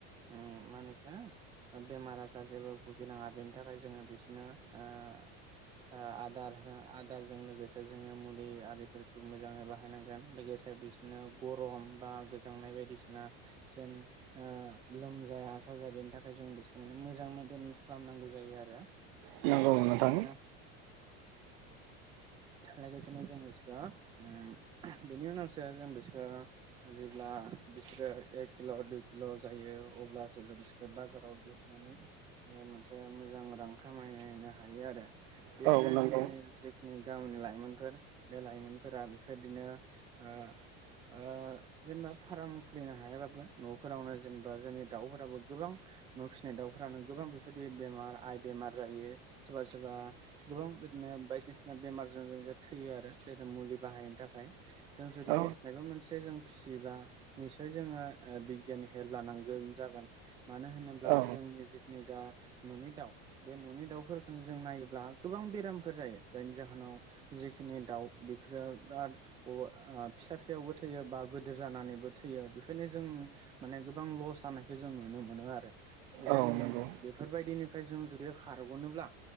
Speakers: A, on the right; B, on the right.
A: उम मा होनो इखो बेमार आजार जेबो भुगिनाङा बेनि थाखाय जोङो बेसिनो ओ ओ आदार हो आदारजों लोगोसे जोङो मुलि आरिफोरखौ मोजाङै बाहायनांगोन लोगोसे बिसोरनो गरम बा गोजांनाय बायदिसिना जेन ओ लोमजाया साजाया बेनि थाखाय जों बिसोरखौ माने मोजां मइेनटेनेन्स खालामनांगौ जायो आरो।
B: नंगौ
A: लोगोसेनो‌
B: नोंथां
A: लोगोसेनो जों बिसोरखौ उम बेनि उनावसो जों बिसोरखौ जेब्ला बिसोरो एक किल' दुइ किल' जायो अब्लासो जों बिसोरखौ बाजाराव दिहुननानै ओ मोनसे मोजां रां खामायनो हायो आरो। बिदिनो
B: औ नंगौ
A: जोंनि जि जोंनि गामिनि लाइमोनफोर बे लाइमोनफोरा बेफोरदिनो ओ ओ जेनेबा फाराम खुलिनो हायाबाबो न'फोरावनो जेनेबा जोंनि दाउफोराबो गोबां न' फिसिनाय दाउफोरानो गोबां बेफोरबायदि बेमार आय बेमार जायो सोरबा सोरबा गोबां बिदिनो बायदिसिना बेमारजों जों थैयो आरो मोजां मुलि बाहायिनि थाखाय जों जुदि
B: औ
A: मायबा मोनसे जों फिसियोबा निसय जोङो ओ बिगियाननि हेल्प लानांगोन जागोन। मानो होनोब्ला
B: औ
A: जोंनि जि निजा न'नि दाउ बे न'नि दाउफोरफोरखोनो जों नायोब्ला गोबां बेरामफोर जायो जायनि जाहोनाव जेखिनि दाउ बेफोरो बिराद अ फिसा फिसायावबो थैयो बा गोदोर जानानैबो थैयो बेफोरनो जों माने गोबां लस जानायखौ जों नुनो मोनो आरो। <unintelligible>
B: औ नंगौ
A: बेफोरबायदिनो फ्राय जों जुदि खारग'नोब्ला